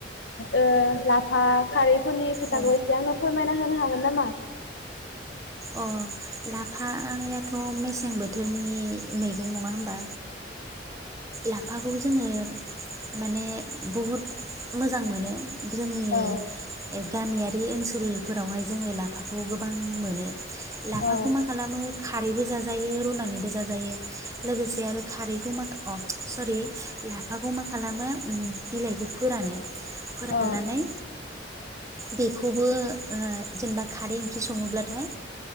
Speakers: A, on the left (about 70°); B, on the right (about 20°).
A: ओ लाफा खारै फोनि खोथाखौ
B: औ
A: एसे आंनो फोरमायना होनो हागोन नामा
B: अ लाफा आंनियाथ मे सें बोथोरनि मै नङा होमबा लाफाखौ जोङो माने बहुत मोजां मोनो जोंनि
A: औ
B: गामियारि ओनसोलफोरावहाय जोङो लाफाखौ गोबां मोनो लाफाखौ
A: औ
B: मा खालामो खारैबो जाजायो रुनानैबो जाजायो लोगोसे आरो खारैखौ मा अ सरि लाफाखौ मा खालामो अम बिलायखौ फोरानो फोराननानै
A: औ
B: बेखौबो ओ जेनबा खारै ओंख्रि सङोब्लाथाय